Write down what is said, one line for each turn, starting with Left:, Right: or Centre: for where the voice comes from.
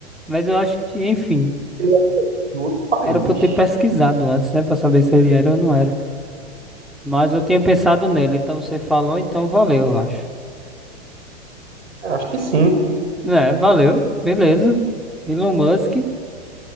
Centre: Mas eu acho que, enfim.
Right: Ele é de outro país.
Centre: Era pra eu ter pesquisado antes, né? Pra saber se ele era ou não era. Mas eu tinha pensado
Right: Mano.
Centre: nele. Então você falou, então valeu, eu acho.
Right: É, acho que sim.
Centre: É, valeu. Beleza. Elon Musk.